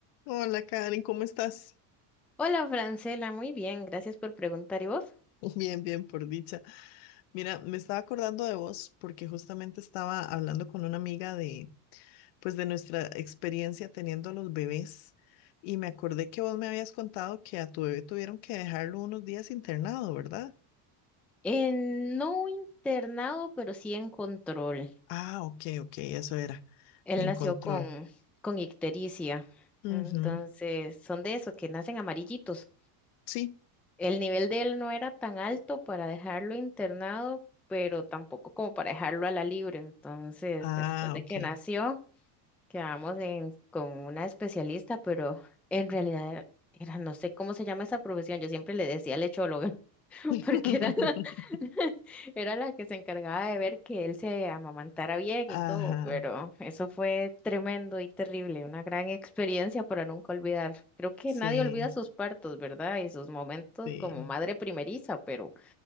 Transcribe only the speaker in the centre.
Hola, Francela, muy bien, gracias por preguntar. ¿Y vos?
En, no internado, pero sí en control.
Él
nació
con, con ictericia, entonces
son de eso, que nacen amarillitos.
El nivel de él no era tan alto para dejarlo internado, pero tampoco como para dejarlo a la libre. Entonces,
después de
que nació, quedamos en- con una especialista, pero en realidad era, no sé cómo se llama esa profesión, yo siempre le decía lechóloga. <laughs>
porque era la, <laughs> era la que se encargaba de ver que él se amamantara bien
y todo, pero eso fue tremendo y terrible, una gran experiencia para nunca olvidar. Creo que
nadie olvida sus partos, ¿verdad? Y sus momentos
como madre primeriza, pero